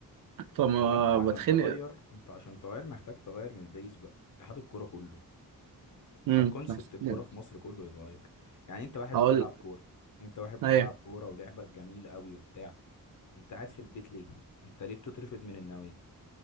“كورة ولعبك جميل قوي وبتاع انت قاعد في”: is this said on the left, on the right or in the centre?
Left